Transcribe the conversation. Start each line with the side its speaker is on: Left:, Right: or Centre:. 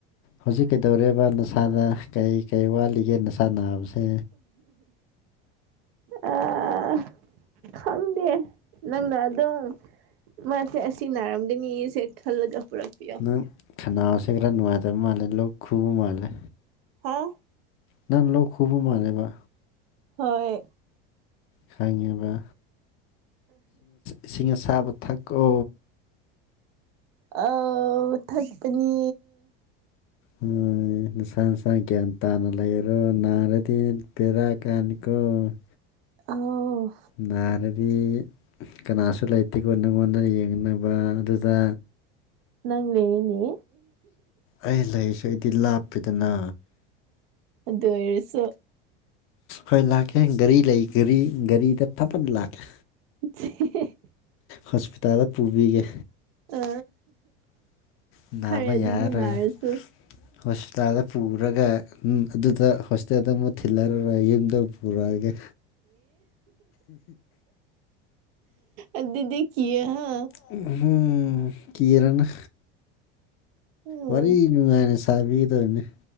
Left: ꯍꯧꯖꯤꯛ ꯀꯩꯗꯧꯔꯦꯕ ꯅꯁꯥꯗ ꯀꯩ ꯀꯩ ꯋꯥꯠꯂꯤꯒꯦ ꯅꯁꯥ ꯅꯥꯕꯁꯦ
Right: ꯑꯥ ꯈꯪꯗꯦ ꯅꯪꯅ ꯑꯗꯨꯝ ꯃꯥꯁꯦ ꯑꯁꯤ ꯅꯔꯝꯒꯅꯤꯁꯦ ꯈꯜꯂꯒ ꯄꯨꯔꯛꯄꯤ
Left: ꯅꯪ ꯈꯅꯥꯎꯁꯦ ꯈꯔ ꯅꯨꯡꯉꯥꯏꯇꯕ ꯃꯥꯜꯂꯦ ꯂꯣꯛ ꯈꯨꯕ ꯃꯥꯥꯡꯂꯦ
Right: ꯍꯥꯥ
Left: ꯅꯪ ꯂꯣꯛ ꯈꯨꯕ ꯃꯥꯟꯂꯦꯕ
Right: ꯍꯣꯏ
Left: ꯈꯪꯉꯦꯅ ꯏꯁꯤꯡ ꯑꯁꯥꯕ ꯊꯛꯀꯣ
Right: ꯑꯎ ꯊꯛꯀꯅꯤ
Left: ꯎꯝ ꯅꯁꯥ ꯅꯁꯥꯅ ꯒ꯭ꯌꯥꯟ ꯇꯥꯟꯅ ꯂꯩꯔꯣ ꯅꯥꯔꯗꯤ ꯕꯦꯔꯥ ꯀꯥꯅꯤ ꯀ‌ꯣ
Right: ꯑꯣ
Left: ꯅꯥꯔꯗꯤ ꯀꯅꯥꯁꯨ ꯂꯩꯇꯦꯀꯣ ꯅꯉꯣꯟꯗ ꯌꯦꯡꯅꯕ ꯑꯗꯨꯗ
Right: ꯅꯪ ꯂꯩꯅꯤ
Left: ꯑꯩ ꯂꯩꯥꯔꯁꯨ ꯑꯩꯗꯤ ꯂꯥꯞꯄꯤꯗꯅ
Right: ꯑꯗꯨ ꯑꯣꯏꯔꯁꯨ
Left: ꯍꯣꯏ ꯂꯥꯛꯀꯦ ꯒꯥꯔꯤ ꯂꯩ ꯒꯥꯔꯤꯗ ꯐꯠꯐꯠ ꯂꯥꯛꯀꯦ
Right: <unintelligible>
Left: ꯍꯣꯁꯄꯤꯇꯥꯜꯗ ꯄꯨꯕꯤꯒꯦ
Right: ꯑ
Left: ꯅꯥꯕ
Right: ꯐꯔꯦ
Left: ꯌꯥꯔꯔꯣꯏ
Right: ꯑꯗꯨꯗꯤ ꯅꯥꯔꯁꯨ
Left: ꯍꯣꯁꯄꯤꯇꯥꯜꯗ ꯄꯨꯔꯒ ꯑꯗꯨꯗ ꯍꯣꯁꯇ‌ꯦꯜꯗ ꯑꯃꯨꯛ ꯊꯤꯜꯂꯂ‌ꯣꯏ ꯌꯨꯝꯗ ꯄꯨꯔꯛꯑꯒꯦ
Right: ꯑꯗꯨꯗꯤ ꯀꯤ ꯍꯥ
Left: ꯎꯝ ꯍꯝ ꯀꯤꯔꯅꯨ
Right: ꯎꯝ
Left: ꯋꯥꯔꯤ ꯅꯨꯡꯉꯥꯏꯅ ꯁꯥꯕꯤꯗꯣꯏꯅ‌ꯦ